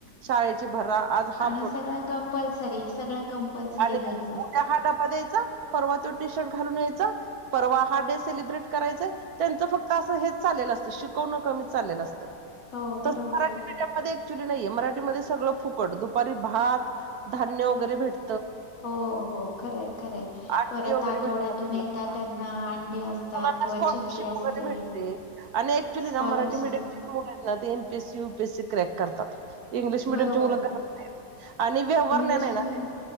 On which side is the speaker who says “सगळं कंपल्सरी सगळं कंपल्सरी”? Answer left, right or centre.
Left